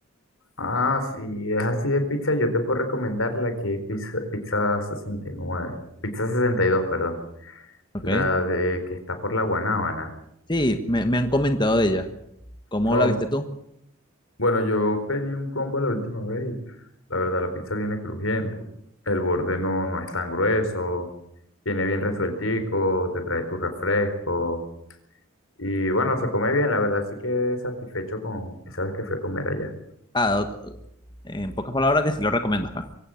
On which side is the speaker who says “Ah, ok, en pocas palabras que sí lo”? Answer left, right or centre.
Left